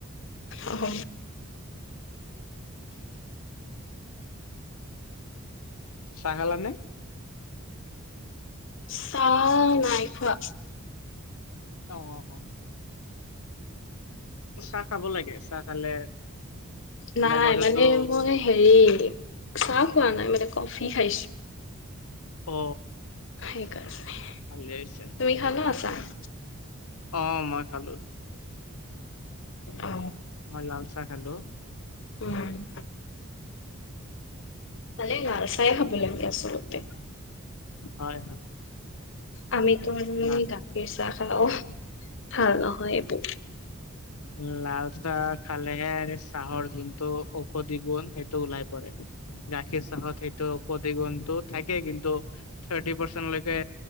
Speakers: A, on the left; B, on the left.
A: আহ
B: চাগাল নাই,
A: চ নাই খোৱা
B: অ' অ' অ' চাহ খাব লাগে চাহ খালে
A: নাই
B: মগজুতো
A: মানে মই হেৰি চাহ খোৱা নাই মানে কফি খাইছো।
B: অ।
A: সেইকাৰণে
B: ভালে হৈছে
A: তুমি খালা চাহ?
B: অ মই খালো।
A: অ
B: মই লাল চাহ খলো।
A: উম। <unintelligible> ভালে লাল চাহ খাৱ লাগে আচলতে
B: হয়, হয়।
A: আমিতো গাখীৰ
B: লা
A: চাহ খালোঁ ভাল নহয় এইবোৰ
B: উম, লাল চাহ খালেহে চাহৰ যোনটো ঔষধি গুণ সেইটো ওলাই পৰে গাখীৰ চাহত সেইটো প্ৰতিগন্তু থাকে কিন্তু থাৰ্টি পাৰ্চেন্ট লকে